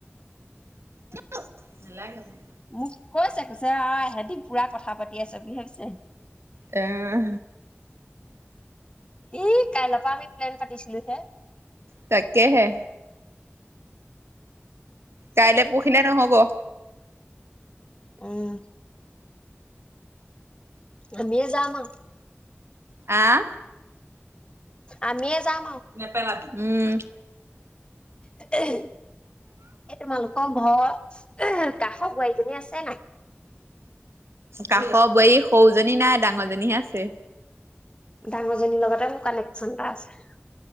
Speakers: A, on the right (about 70°); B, on the left (about 25°).
A: ন <unintelligible>
B: মোক কৈছে কৈছে অ এহেদি পুৰা কথা পাতি আছে বুলি ভাবিছে।
A: আহ।
B: ই কাইলৰ পৰা আমি প্লেন পাতিছিলো হে।
A: তাকেহে। কাইলৈ পহিলে নহব।
B: উম। আমি যাম‌ আও।
A: আহ?
B: আমিয়ে যাম। আৰু
A: নে পেলাবি। উম।
B: এই তোমালোকৰ ঘৰ, কাষ বোৱাৰীজনী আছে নাই?
A: কাষৰ বোৱাৰী সৰুজনী নাই, ডাঙৰজনীহে আছে।
B: ডাঙৰজনীৰ লগতে মোৰ কানেকচন এটা আছে।